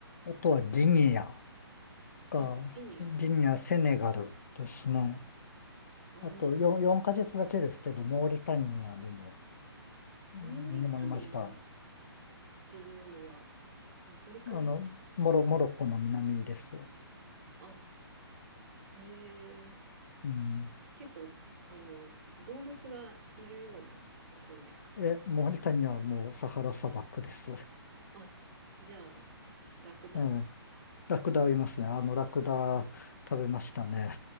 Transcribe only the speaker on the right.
あ、ケニア。あ
あ、
モ
ーリタニアっていうのはアフリカなんでした。
あ、へえ。
結構、あの、動物がいるようなところですか
あ、じゃあ、ラクダ